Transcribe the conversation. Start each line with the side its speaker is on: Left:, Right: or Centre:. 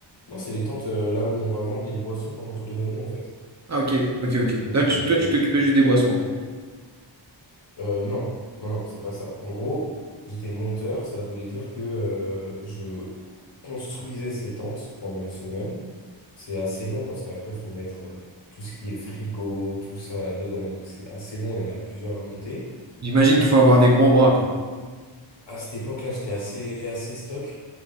Left: Non, c'est les tentes euh, là où on va vendre les boissons pendant tout l'événement, en fait.
Right: Ah ok, ok, ok.
Left: Donc,
Right: Là, tu,
Left: euh,
Right: toi, tu
Left: donc
Right: t'occupais juste des boissons en gros.
Left: Euh, non, non, non, c'est pas ça. En gros, j'étais monteur, ça voulait dire que euh, je construisais ces tentes pendant une semaine. C'est assez long parce qu'après, il faut mettre euh, tout ce qui est frigo, tout ça dedans. Donc c'est assez long, il y en a plusieurs à monter.
Right: J'imagine qu'il faut avoir des gros bras quoi.
Left: À cette époque-là, j'étais assez, assez stock.